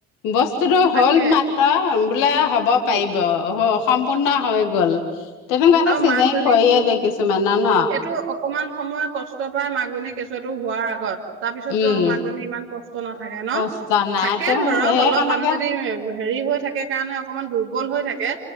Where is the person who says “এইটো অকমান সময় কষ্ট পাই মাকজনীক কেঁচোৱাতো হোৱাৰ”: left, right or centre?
Right